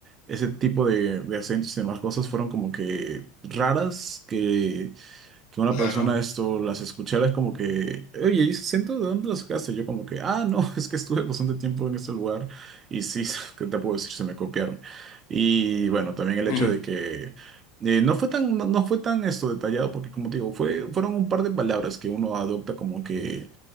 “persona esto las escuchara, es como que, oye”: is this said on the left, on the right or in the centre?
Right